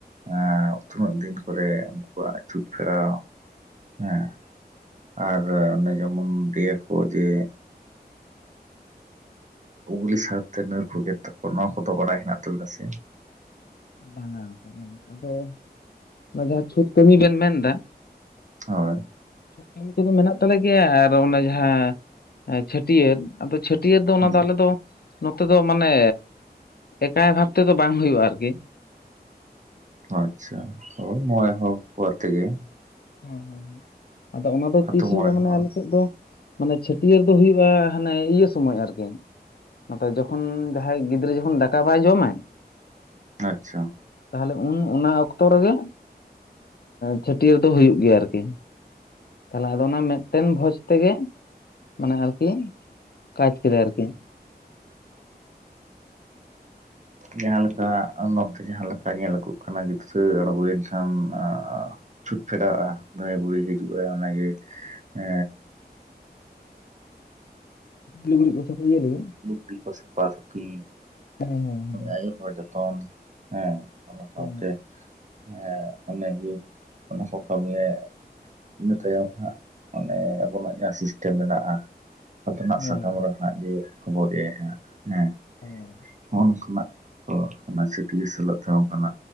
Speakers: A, on the right; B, on the left.
A: ᱟᱸ ᱛᱤᱱᱟᱹᱜ ᱫᱤᱱ ᱠᱚᱨᱮ ᱩᱱᱠᱩᱣᱟᱜ ᱪᱷᱩᱛ ᱯᱷᱮᱲᱟᱣ ᱦᱮᱸ ᱟᱨ ᱚᱱᱮ ᱡᱮᱢᱚᱱ ᱫᱤᱭᱮ ᱠᱚ ᱡᱮ ᱩᱜᱽᱞᱤ ᱥᱟᱨ ᱛᱮ ᱱᱟᱹᱨ ᱠᱚ ᱜᱮᱫ ᱛᱟᱠᱚᱣᱟ ᱱᱚᱣᱟ ᱠᱚᱫᱚ ᱵᱟᱲᱟᱭ ᱦᱮᱱᱟᱜ ᱛᱟᱵᱮᱱᱟ ᱥᱮ
B: ᱵᱟᱝ <unintelligible> ᱟᱫᱚ ᱚᱱᱟ ᱡᱟᱦᱟᱸ ᱪᱷᱩᱛ ᱠᱟᱹᱢᱤ ᱵᱮᱱ ᱢᱮᱱᱫᱟ
A: ᱦᱳᱭ
B: ᱠᱟᱹᱢᱤ ᱠᱚᱫᱚ ᱢᱮᱱᱟᱜ ᱛᱟᱞᱮ ᱜᱮᱭᱟ ᱟᱨ ᱚᱱᱮ ᱡᱟᱦᱟᱸ ᱪᱷᱟᱹᱴᱭᱟᱹᱨ ᱟᱫᱚ ᱪᱷᱟᱹᱭᱟᱹᱨ ᱯᱟᱹᱴᱭᱟᱹᱨ ᱫᱚ ᱚᱱᱟ
A: ᱦᱩᱸ
B: ᱫᱚ ᱟᱞᱮ ᱫᱚ ᱱᱚᱛᱮ ᱫᱚ ᱢᱟᱱᱮ ᱮᱠᱟᱭ ᱵᱷᱟᱵ ᱛᱮᱫᱚ ᱵᱟᱝ ᱦᱩᱭᱩᱜᱼᱟ ᱟᱨᱠᱤ
A: ᱚ ᱟᱪᱷᱟ ᱦᱚᱭ ᱢᱚᱬᱮ ᱦᱚᱲ ᱠᱚ ᱟᱛᱮᱜᱮ
B: ᱦᱮᱸ ᱦᱮᱸᱟᱫᱚ ᱚᱱᱟ ᱫᱚ
A: ᱟᱛᱳ
B: ᱛᱤᱥ ᱦᱩᱭᱩᱜᱼᱟ
A: ᱢᱚᱬᱮ
B: ᱢᱟᱱᱮ
A: ᱦᱚᱲ
B: ᱟᱞᱮ ᱥᱮᱫ ᱫᱚ ᱢᱟᱱᱮ ᱪᱷᱟᱹᱴᱭᱟᱹᱨ ᱫᱚ ᱦᱩᱭᱩᱜᱼᱟ ᱦᱟᱱᱮ ᱤᱭᱟᱹ ᱥᱚᱢᱚᱭ ᱟᱨᱠᱤ ᱟᱫᱚ ᱡᱚᱠᱷᱚᱱ ᱡᱟᱦᱟᱸᱭ ᱜᱤᱫᱽᱨᱟᱹ ᱡᱚᱠᱷᱚᱱ ᱫᱟᱠᱟ ᱵᱟᱭ ᱡᱚᱢᱟᱭ
A: ᱟᱪᱪᱷᱟ
B: ᱛᱟᱦᱞᱮ ᱩᱱ ᱚᱱᱟ ᱚᱠᱛᱚ ᱨᱮᱜᱮ ᱪᱷᱟᱹᱴᱭᱟᱹᱨ ᱫᱚ ᱦᱩᱭᱩᱜ ᱜᱮᱭᱟ ᱟᱨᱠᱤ ᱛᱟᱦᱚᱞᱮ ᱟᱫᱚ ᱚᱱᱟ ᱢᱤᱫᱴᱮᱱ ᱵᱷᱚᱡᱽ ᱛᱮᱜᱮ ᱢᱟᱱᱮ ᱟᱨᱠᱤ ᱠᱟᱡᱽ ᱠᱮᱫᱟᱭ ᱟᱨᱠᱤ
A: ᱡᱟᱦᱟᱸᱞᱮᱠᱟ <unintelligible> ᱡᱟᱦᱟᱸ ᱞᱮᱠᱟ ᱧᱮᱞ ᱟᱜᱩᱜ ᱠᱟᱱᱟ ᱜᱤᱫᱽᱨᱟᱹ ᱟᱬᱜᱚᱭᱮᱱ ᱠᱷᱟᱱ ᱟᱸ ᱪᱷᱩᱸᱛ ᱯᱷᱮᱨᱟᱣᱼᱟ ᱫᱷᱟᱭ ᱵᱩᱰᱷᱤ ᱦᱤᱡᱩᱜ ᱟᱭ ᱚᱱᱟᱜᱮ ᱮ
B: <inaudible> ᱞᱩᱜᱲᱤ ᱠᱚᱫᱚ ᱤᱭᱟ ᱨᱮᱜᱮ
A: ᱞᱩᱜᱽᱲᱤ ᱠᱚ ᱥᱟᱯᱟ ᱥᱟᱯᱷᱤ
B: <unintelligible>
A: ᱟᱭᱳ ᱦᱚᱲᱟᱜ ᱡᱚᱛᱚᱱ ᱦᱮᱸ ᱚᱱᱟ ᱥᱟᱶᱛᱮ
B: ᱦᱮᱸ
A: ᱦᱮ ᱚᱱᱮᱡᱮ ᱚᱱᱟᱠᱚ ᱠᱟᱹᱢᱤᱭᱮ ᱤᱱᱟ ᱛᱟᱭᱚᱢ ᱦᱟᱸᱜ ᱟᱱᱮ ᱟᱵᱚᱱᱟᱜ ᱡᱟᱦᱟᱸ ᱥᱤᱥᱴᱮᱢ ᱢᱮᱱᱟᱜᱼᱟ ᱟᱛᱱᱟᱜ
B: ᱦᱮᱸ
A: ᱥᱟᱠᱟᱢ ᱨᱮ ᱦᱟᱸᱜ ᱡᱮ ᱦᱚᱵᱚᱨ ᱮ-ᱟᱭ ᱦᱟᱸᱜ ᱦᱮᱸ
B: <unintelligible>
A: ᱱᱚᱜ-ᱚ ᱱᱚᱝᱠᱟᱱᱟᱜ, ᱟᱨ ᱢᱟᱱᱮ ᱪᱷᱟᱹᱴᱭᱟᱹᱨ ᱥᱮᱞᱮᱫ ᱛᱮᱦᱚᱸ ᱠᱟᱱᱟ